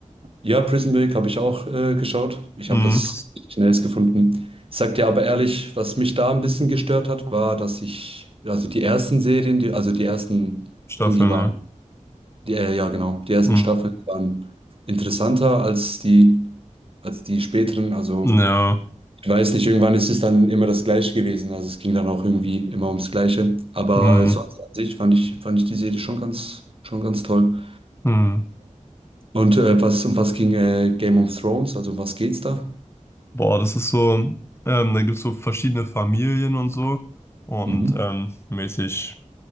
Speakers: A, on the right; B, on the left.
A: Ja, Prison Break habe ich auch äh, geschaut. Ich
B: Mhm.
A: habe das schnellst gefunden. Ich sag dir aber ehrlich, was mich da ein bisschen gestört hat, war, dass ich, also die ersten Serien, die, also die ersten,
B: Staffeln,
A: die waren,
B: ne?
A: die, äh, ja genau, die ersten
B: Mhm.
A: Staffeln die waren interessanter als die, als die späteren. Also
B: Ja.
A: ich weiß nicht, irgendwann ist es dann immer das Gleiche gewesen. Also es ging dann auch irgendwie immer ums Gleiche. Aber
B: Mhm.
A: sonst an sich fand ich, fand ich die Serie schon ganz, schon ganz toll.
B: Mhm.
A: Und äh, was, um was ging äh, Game of Thrones? Also um was geht's da?
B: Boah, das ist so, ähm, da gibt's so verschiedene Familien und so und
A: Mhm.
B: ähm, mäßig